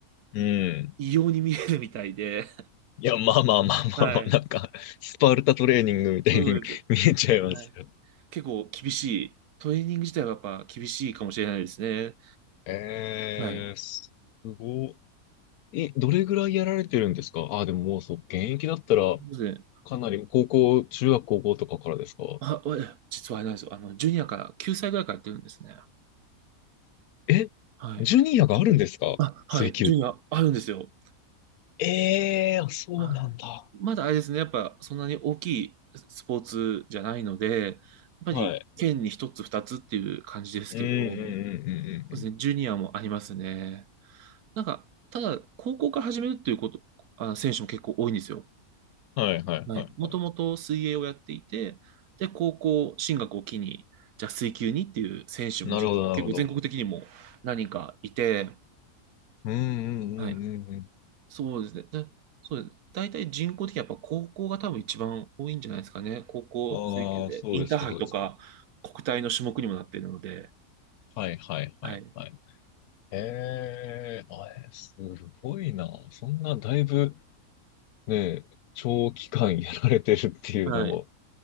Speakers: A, on the left; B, on the right.
A: うん。
B: 異様に見えるみたいで、
A: いや、まあまあまあまあまあ、
B: はい。
A: なんか、スパルタトレーニングみたいに
B: そうです。
A: <laughs> 見えちゃいますよ。
B: はい。結構厳しい。トレーニング自体はやっぱ厳しいかもしれないですね。
A: えー、
B: はい。
A: すごい。え、どれぐらいやられてるんですかあでももうそう、現役だったら、
B: そうですね。
A: かなり高校、中学高校とかからですか
B: あ、わ実はあれなんですよ。あの、ジュニアから、9歳ぐらいからやってるんですね。
A: え、
B: はい。
A: ジュニアがあるんですか水球。
B: あ、はい。ジュニア、あるんですよ。
A: ええー、そうなんだ。
B: まあまだあれですね、やっぱそんなに大きいスポーツじゃないので、やっぱり県に一つ二つっていう感じですけど、
A: はいうんうんうんうんうんう
B: そうですね、ジュニアもありますね。なんか、ただ、高校から始めるっていうこと、あ、選手も結構多いんですよ。
A: ん。はいはいはいはい。
B: はい。もともと水泳をやっていて、で、高校進学を機に、じゃあ水球にっていう選手も実は結構全国的にも何人かいて、
A: なるほどなるほど。うんうんうんうんうん。
B: はい。そうですね。でそうです。大体人口的にやっぱ高校が多分一番多いんじゃないですかね。高校水球で。
A: ああ、そうですかそうですか。
B: インターハイとか国体の種目にもなっているので。
A: はいはいはいはい。
B: はい。
A: へえ、あれ、すごいな。そんなだいぶね、長期間やられてるっていうのも、
B: はい。